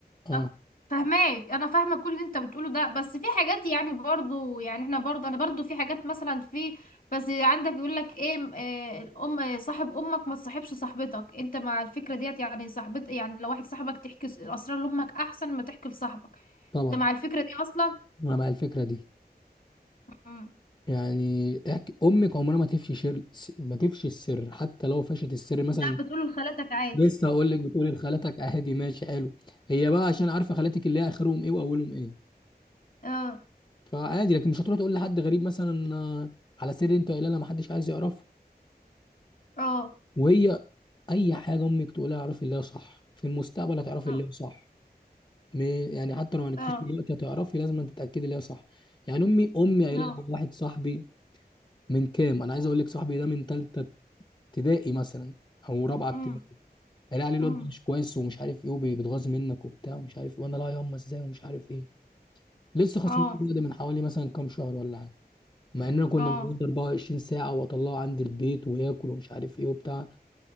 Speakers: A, on the left (about 25°); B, on the left (about 60°).
A: اه
B: أ- فهماك انا فاهمه كل اللي انت بتقوله ده بس في حاجات يعني برضو يعني احنا برضو انا برضو في حاجات مثلا في بس عندك يقول لك ايه م- آه، الام آه، صاحب امك ما تصاحبش صاحبتك انت مع الفكره ديت يعني صاحبت يعني لو واحد صاحبك تحكي س- الاسرار لامك احسن ما تحكي لصاحبك
A: طبعا
B: انت مع الفكره دي اصلا
A: انا مع الفكره دي
B: مم.
A: يعني احكي امك عمرها ما تفشي شر ما تفشي السر حتى لو فشت السر مثلا
B: ده بتقوله لخالتك عادي
A: لسه هقول لك بتقولي لخالتك عادي ماشي حلو هي بقى عشان عارفه خالاتك اللي هي اخرهم ايه واولهم ايه
B: اه
A: فعادي لكن مش هتروح تقول لحد غريب مثلا آه، على سر انت قايلها لها ما حدش عايز يعرفه
B: اه
A: وهي اي حاجه امك تقولها اعرفي اللي هي صح في المستقبل هتعرفي
B: اه
A: اللي هي صح م- يعني حتى لو ما نكفيش
B: اه آه.
A: دلوقتي هتعرفي لازم تتاكدي اللي هي صح يعني امي امي قايله
B: آه،
A: لها واحد صاحبي من كام انا عايز اقول لك صاحبي ده من ثالثه ابتدائي مثلا او رابعه ابتدائي،
B: مم.
A: قال عليه الواد
B: مم.
A: ده مش كويس ومش عارف ايه وبيتغاظ منك وبتاع ومش عارف ايه وانا لا ياما ازاي ومش عارف ايه لسه خسران
B: اه
A: الجيم ده من حوالي مثلا كام شهر ولا حاجه مع اننا كنا
B: اه
A: بنقعد 24 ساعه واطلعه عندي البيت وياكل ومش عارف ايه وبتاع